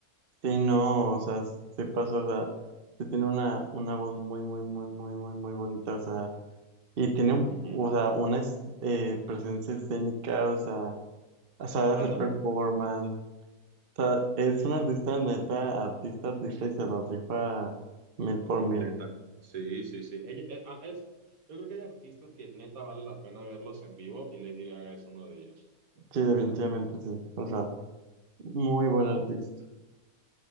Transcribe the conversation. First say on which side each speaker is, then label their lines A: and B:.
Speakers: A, on the right; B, on the right.
A: Sí, no, o sea, se pasa, o sea, sí tiene una, una voz muy, muy, muy, muy, muy, muy bonita, o sea, y tiene un,
B: Ujú.
A: o sea, una es- eh, presencia escénica, o sea, sabe
B: Ándale,
A: hacer performance, o sea, es un artista neta, artista, artista, y se lo rifa mil por
B: completa.
A: mil.
B: Sí, sí, sí. Ella, eh, ah, es, yo creo que hay artistas que neta vale la pena verlos en vivo y Lady Gaga es uno de ellos.
A: Sí, definitivamente sí, o sea, muy buen artista.